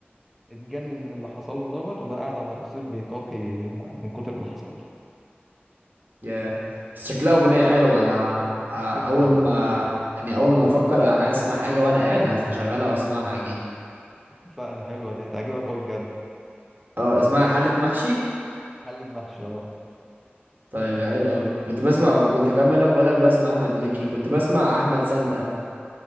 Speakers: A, in the centre; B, on the right (about 55°).
A: اتجنن من اللي حصل له دوت وبقى قاعد على الرصيف بيقاقي آه، من كتر اللي حصل له
B: يا بس شكلها أغنية حلوة أنا ه- ه-
A: جدا
B: أول ما يعني أول ما أفكر أسمع حاجة وأنا قاعد هشغلها وأسمعها أكيد
A: اتفقنا حلوة دي هتعجبك قوي بجد
B: أه اسمها حلة محشي
A: حلة محشي اه
B: طيب ده حلو أوي كنت بسمع كنت أكملك وأقول لك بسمع أحمد مكي كنت بسمع أحمد سانتا